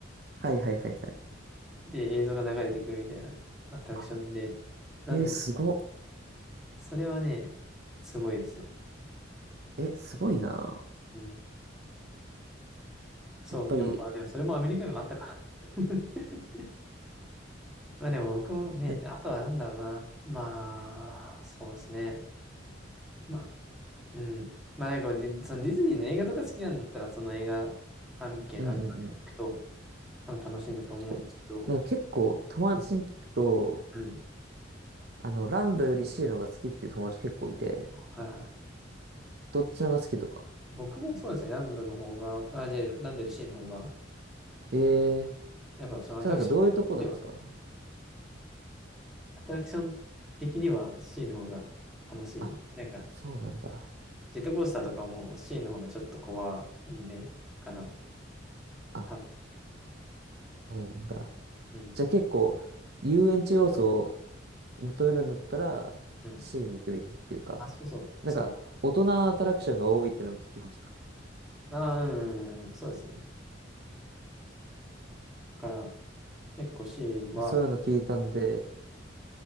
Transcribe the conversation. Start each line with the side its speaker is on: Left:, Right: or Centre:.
Right: はいはいはいはい。
Centre: で、映像が流れてくるみたいなアトラクションで、
Right: あ、
Centre: なんです。
Right: へえ、すご。
Centre: それはね、すごいですよ。
Right: え、すごいな。や
Centre: うん。そう、
Right: っぱり、
Centre: でもまあ、でもそれもアメリカにもあったか。<laughs> まあでも僕もね、
Right: うん
Centre: あとはなんだろうな。まあ、そうですね。まあ、うん。まあなんかで、そのディズニーの映画とか好きなんだったら、その映画関係のアクト行くと、
Right: うんうんうん、
Centre: 多分楽しいんだと思うんですけど、
Right: 確かに。なんか結構友達に聞くと、
Centre: うん。うん
Right: あの、ランドより C の方が好きっていう友達結構いて、
Centre: はいはい。
Right: どっちの方が好きとか。
Centre: 僕もそうですね、ランドの方が、あ、じゃあランドよりシーの方が、
Right: へえ、
Centre: やっぱその私では
Right: それなんかどういうとこなんですか
Centre: アトラクション的には C の方が楽しい。
Right: あ、
Centre: なんか、
Right: そうなんだ。
Centre: ジェットコースターとかも C の方がちょっと怖い目かな。
Right: あ
Centre: 多分。
Right: なんだ。
Centre: うんうん
Right: じゃあ結構、遊園地要素を求めるんだったら、
Centre: うん。うん
Right: C に行くべきっていうか、
Centre: あ、そうそう。
Right: なんか、
Centre: そう
Right: 大人のアトラクションが多いっていうのも聞きました。
Centre: だ。ああ、うんうんうん。そうですね。だから、結構 C は、
Right: そういうの聞いたんで、